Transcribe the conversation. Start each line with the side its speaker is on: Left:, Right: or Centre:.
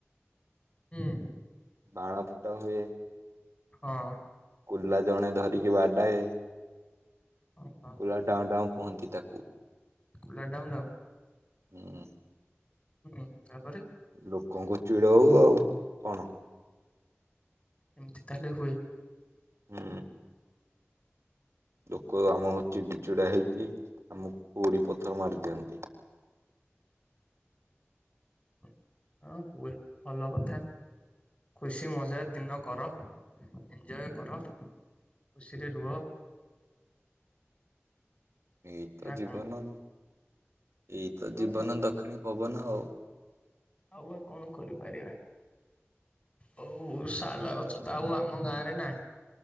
Left: ହୁଁ।
Right: ବାଣ ଫୁଟା ହୁଏ।
Left: ହଁ।
Right: କୁଲା ଜଣେ ଧରିକି ବାଡାଏ।
Left: ଓହୋ
Right: କୁଲା ଡାଁଉଁ-ଡାଁଉଁ କୁହନ୍ତି ତାକୁ।
Left: କୁଲା ଢ଼ାଉଁ-ଢ଼ାଉଁ?
Right: ହୁଁ।
Left: ହୁଁ, ତାପରେ
Right: ଲୋକଙ୍କୁ ଚିଡଉ ଆଉ କଣ।
Left: ଏମ୍ତି ତାହେଲେ ହୁଏ।
Right: ହୁଁ। ଲୋକ ଆମ ଚିଡି ଚିଡା ହେଇକି ଆମକୁ ଗୋଡି ପଥର ମାରିଦିଅନ୍ତି।
Left: <inaudible> ହୁଏ ଭଲ କଥା। ଖୁସି ମଜା ଦିନ କର। ଏଞ୍ଜୟ କର ଖୁସିରେ ରୁହ।
Right: ଏଇ ତ
Left: ନା
Right: ଜୀବନ
Left: କଣ
Right: ଏଇତ
Left: ଆଉ
Right: ଜୀବନ
Left: ବା କଣ
Right: ଦ ହାଲି ପବନ ଆଉ।
Left: ଆଉ ଭାଇ କଣ କରିପାରିବା। ହଉ ଶାଳୁଆ ଗଛ ତ ଆଉ ଆମ ଗାଁ ରେ ନାହିଁ।